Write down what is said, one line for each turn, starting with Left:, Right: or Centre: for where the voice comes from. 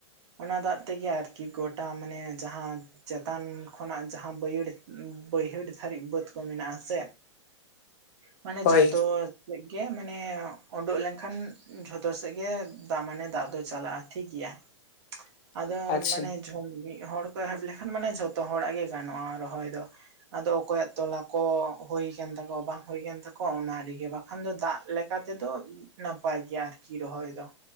Right: ᱚᱱᱟ ᱫᱟᱜ ᱛᱮᱜᱮ ᱟᱨᱠᱤ ᱜᱚᱴᱟ ᱢᱟᱱᱮ ᱡᱟᱦᱟᱸ ᱪᱮᱛᱟᱱ ᱠᱷᱚᱱᱟᱜ ᱡᱟᱦᱟᱸ ᱵᱟᱹᱭᱦᱟᱹᱲ ᱵᱟᱹᱭᱦᱟᱹᱲ ᱫᱷᱟᱹᱨᱤᱡ ᱵᱟᱹᱫᱽ ᱠᱚ ᱢᱮᱱᱟᱜᱼᱟᱥᱮ, ᱢᱟᱱᱮ
Left: ᱦᱳᱭ
Right: ᱡᱷᱚᱛᱚ ᱥᱮᱫ ᱜᱮ ᱢᱟᱱᱮ ᱳᱰᱳᱠ ᱞᱮᱱᱠᱷᱟᱱ ᱡᱷᱚᱛᱚ ᱥᱮᱫ ᱜᱮ ᱫᱟᱜ ᱢᱟᱱᱮ ᱫᱟᱜ ᱫᱚ ᱪᱟᱞᱟᱜᱼᱟ ᱴᱷᱤᱠ ᱜᱮᱭᱟ᱾
Left: <inaudible>
Right: ᱟᱫᱚ
Left: ᱟᱪᱪᱷᱟ
Right: ᱢᱟᱱᱮ ᱡᱷᱚ ᱢᱤᱫ ᱦᱚᱲ, ᱮᱦᱚᱵᱽ ᱞᱮᱠᱷᱟᱱ ᱢᱟᱱᱮ ᱡᱷᱚᱛᱚ ᱦᱚᱲᱟᱜ ᱜᱮ ᱜᱟᱱᱚᱜᱼᱟ ᱨᱚᱦᱚᱭ ᱫᱚ ᱟᱫᱚ ᱚᱠᱚᱭᱟᱜ ᱛᱚᱞᱟ ᱠᱚ ᱦᱳᱭ ᱠᱟᱱ ᱛᱟᱠᱚᱣᱟ ᱵᱟᱝ ᱦᱳᱭ ᱠᱟᱱ ᱛᱟᱠᱚᱣᱟ ᱚᱱᱟ ᱨᱮᱜᱮ ᱵᱟᱠᱷᱟᱱ ᱫᱚ ᱫᱟᱜ ᱞᱮᱠᱟ ᱛᱮᱫᱚ ᱱᱟᱯᱟᱭ ᱜᱮᱭᱟ ᱟᱨᱠᱤ ᱨᱚᱦᱚᱭ ᱫᱚ᱾